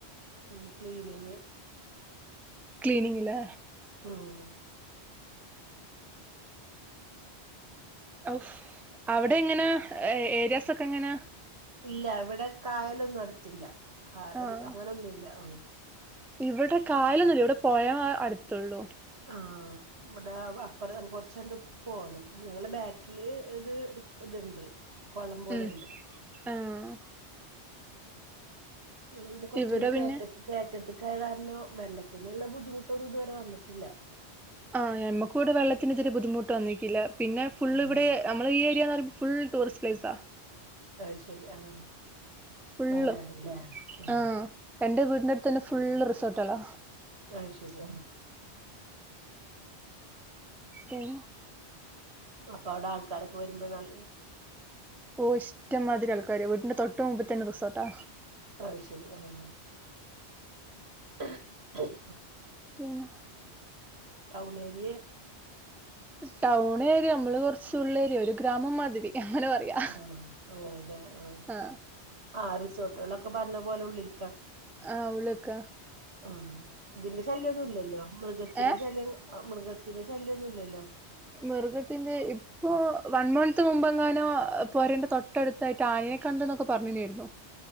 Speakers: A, on the right; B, in the centre.
A: ഇഞ്ഞി ക്ലീനിങ്ങ്
B: ക്ലീനിങ്ങിലാ
A: ആഹ്
B: ഔ അവിടെ ങ്ങനെ ഏരിയാസ് ഒക്കെ എങ്ങനാ
A: ഇല്ല ഇവിടെ കായലൊന്നും അടുത്തില്ല കാ
B: ആഹ്
A: അങ്ങനൊന്നുല്ല ആ
B: ഇവിടെ കായലൊന്നുല്ല ഇവിടെ പൊഴ അടുത്തുള്ളൂ
A: ആഹ് ഇവിടെ വ അപ്പറ് കുറച്ചണ്ട് പോണം ഞങ്ങളെ ബാക്കില് ത് ഒരു ഇതുണ്ട് കുളം പോലെ
B: ഉം
A: ണ്ട്
B: ആഹ്
A: ഞങ്ങള് പിന്നേ കുറച്ച്
B: ഇവിടെ
A: കൂടെ കേറ്റത്തു
B: പിന്നെ
A: കേറ്റത് കേറ്റത്തക്കായ കാരനോ വെള്ളത്തിനുള്ള ബുദ്ധിമുട്ടൊന്നും ഇതുവരെ വന്നിട്ടില്ല
B: ആഹ് നമ്മക്ക് ഇവിടെ വെള്ളത്തിന് ഒരു ബുദ്ധിമുട്ട് വന്നിന്നിട്ടില്ല പിന്നെ ഫുൾ
A: ഉം
B: ഇവിടെ നമ്മള് ഈ ഏരിയന്ന് പറയ ഫുൾ ടൂറിസ്റ്റ് സ്പെസാ
A: ആത്ശരി ആഹ്
B: ഫുള്ള്
A: വയനാട് ല്ലേ ഉം
B: ആഹ് എന്റെ വീടിന്റെടുത്ത് തന്നെ ഫുള്ള് റിസോട്ടേ ളാ
A: ആത്ശരി
B: ടിം
A: അപ്പൊ അവിടെ ആൾക്കാരൊക്കെ വരുമ്പോ നൽ
B: ഓ ഇഷ്ടംമാതിരി ആൾക്കാര് വീടിന്റെ തൊട്ട് മുൻപത്തിതന്നെ റിസോർട്ടാ
A: ആത്ശരി ആഹ് <unintelligible>
B: പിന്നെ
A: ടൗണെരിയെ
B: ടൗൺ ഏരിയ നമ്മള് കൊറച്ചുള്ളേരിയ ഒരു ഗ്രാമം മാതിരി അങ്ങനെ പറയാ
A: ആ അങ്ങനെല്ലേ ആ
B: ആഹ്
A: ആ റിസോർട്ടേ ളൊക്കെ പറഞ്ഞ പോലെ ഉള്ളിൽ
B: ആഹ് ഉള്ളിക്ക
A: ആഹ് ഇതിന്റെ ശല്യന്നുല്ലല്ലോ മൃഗത്തിന്റെ
B: ഏഹ്
A: ശല്യം മൃഗത്തിന്റെ ശല്യന്നുംല്ലല്ലോ
B: മൃഗത്തിന്റെ ഇപ്പൊ വൺ മൻത് മുമ്പ ങ്ങാനോ പോരേന്റെ തൊട്ട തൊട്ടടുത്തായിട്ട് ആനയെ കണ്ടു ന്നൊക്കെ പറഞ്ഞന്നായിരുന്നു